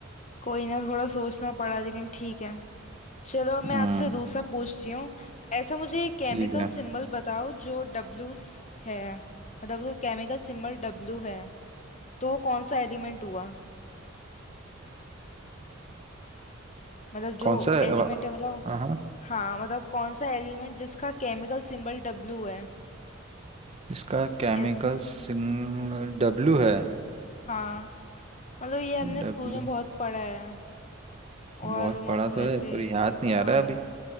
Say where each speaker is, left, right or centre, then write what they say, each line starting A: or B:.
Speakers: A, on the left; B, on the right.
A: कोई ना थोड़ा सोचना पड़ा लेकिन ठीक है चलो मैं
B: हम्म
A: आपसे दूसरा पूछती हूँ ऐसा मुझे केमिकल
B: ठीक है
A: सिंबल बताओ जो डब्लू है मतलब उसका केमिकल सिंबल डब्लू है तो वो कौन सा एलिमेंट हुआ मतलब जो
B: कौन सा है?
A: एलिमेंट
B: अ,
A: है मतलब
B: हाँ
A: हाँ मतलब कौन सा एलिमेंट जिसका केमिकल सिंबल डब्लू है
B: इसका केमिकल
A: एस
B: सिग्नल डब्लू है
A: हाँ मतलब ये हमने
B: डब्लू
A: स्कूल में बहुत पढ़ा है
B: बहुत
A: और मतलब
B: पढ़ा तो
A: ऐसे
B: है पर याद नहीं आ
A: हाँ
B: रहा अभी